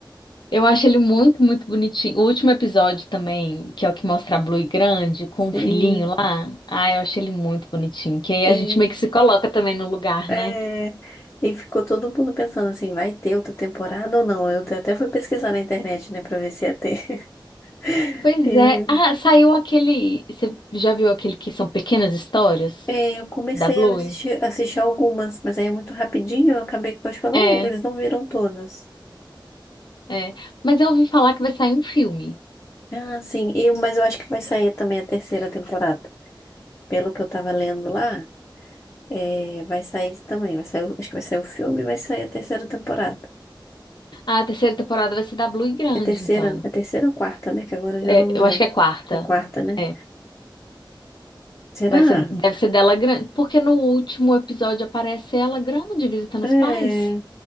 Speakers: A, on the left (about 60°); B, on the left (about 30°).
A: Eu acho ele muito, muito bonitinho. O último episódio também, que é o que mostra a Blue grande com
B: <laughs> Sim.
A: o filhinho lá. Ah, eu achei ele muito bonitinho. Que aí
B: E,
A: a gente meio que se coloca também no lugar,
B: é,
A: né?
B: e ficou todo mundo pensando assim, vai ter outra temporada ou não? Eu até fui pesquisar na internet, né, pra ver se ia ter.
A: Pois
B: <laughs>
A: é. Ah, saiu aquele. Você já viu aquele que são pequenas histórias
B: E, é, eu comecei
A: da Bluey?
B: a assistir, assistir algumas, mas aí é muito rapidinho, eu acabei que eu acho que eu não,
A: É,
B: eles não viram todas.
A: é. Mas eu ouvi falar que vai sair um filme.
B: Ah, sim. E, mas eu acho que vai sair também a terceira temporada. Pelo que eu tava lendo lá, é, vai sair também. Vai sair, o- acho que vai sair o filme e vai sair a terceira temporada.
A: A terceira temporada vai ser da Bluey grande,
B: É terceira,
A: então.
B: é terceira ou quarta, né? Que agora eu já
A: É,
B: não me
A: eu
B: lembro.
A: acho que é quarta.
B: É quarta, né?
A: É.
B: Será?
A: Vai ser, deve ser dela grande. Porque no último episódio aparece ela grande visitando
B: É,
A: os pais.